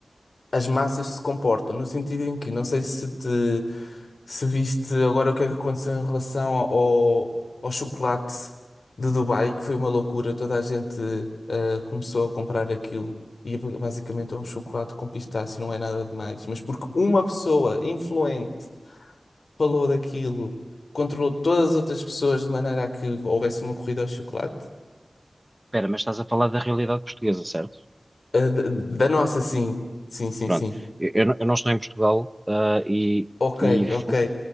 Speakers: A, on the left; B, on the right.
A: as massas se comportam, no sentido em que, não sei se te se viste agora o que é que aconteceu em relação ao, ao chocolate de Dubai, que foi uma loucura, toda a gente ah, começou a comprar aquilo. E é basicamente é um chocolate com pistache não é nada demais. Mas porque uma pessoa influente falou daquilo, controlou todas as outras pessoas de maneira a que houvesse uma corrida ao chocolate.
B: Espera, mas estás a falar da realidade portuguesa, certo?
A: Ah, da da nossa, sim. Sim, sim,
B: Pronto.
A: sim.
B: Eu, eu não eu não estou em Portugal, ah, e,
A: Ok,
B: e fu-
A: ok.